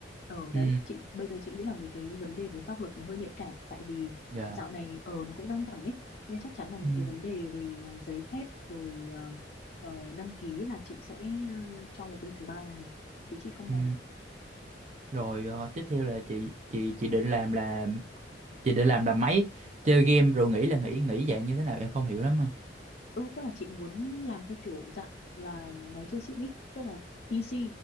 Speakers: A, on the left; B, on the right.
A: ở
B: ừ
A: đấy chị bây giờ chị nghĩ là mấy cái vấn đề về pháp luật nó hơi nhạy cảm tại vì
B: dạ
A: dạo này ở nó cũng căng thẳng ấy nên chắc chắn là những
B: ừ
A: cái vấn đề về à, giấy phép rồi ờ, ờ, đăng ký là chị sẽ ờ, cho một bên thứ ba làm chứ chị không
B: ừ
A: làm
B: Rồi ờ, tiếp theo là chị chị chị định làm là chị định làm là máy chơi game rồi nghĩ là nghĩ nghĩ dạng như thế nào em không hiểu lắm mà.
A: ừ, tức là chị muốn làm theo kiểu dạng là máy chơi chữ ít tức là PC